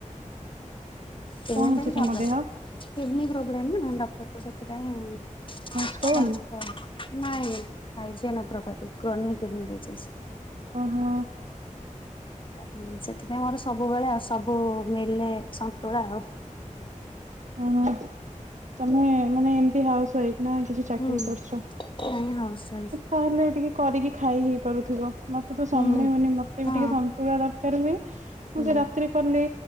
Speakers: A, on the left; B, on the right.
A: ସେଥି
B: କଣ ହେଇଛି
A: ପାଇଁ
B: ତମ
A: ପ୍ର
B: ଦେହ
A: କିଡନୀ ପ୍ରୋବ୍ଲେମ୍ ନା ଡଟର ସେଥିପାଇଁ
B: ଷ୍ଟୋନ
A: ଆଚଛା ନାଇଁ ପାଇଛି ନ ପ୍ରପତି କ୍ରୋନ କେଛି
B: ଓ ହୋ।
A: ହଁ ସେଥିପାଇଁ ମୋର ସବୁବେଳେ ସବୁ ମେଲେ ସନ୍ତୁଳା ଆଉ।
B: ଓ ହ ତମେ ମାନେ ଏମତି ହାଉସ୍ ୱାଫି। ନା କିଛି ଚାକିରି
A: ହୁଁ
B: କରୁଛ
A: ନାଇଁ ହାଉସ ୱାଇଫ
B: ତାହେଲେ ଟିକେ କରିକି ଖାଇ ହେଇ ପାରୁଥିବ। ମତେ ତ
A: ହୁଁ
B: ସମୟ
A: ହୁଁ
B: ହୁଏନି ମତେ
A: ହଁ
B: ବି ଟିକେ ସନ୍ତୁଳା ଦରକାର ହୁଏ ମୁଁ
A: ହୁଁ
B: ସେ ରାତିରେ କଲି।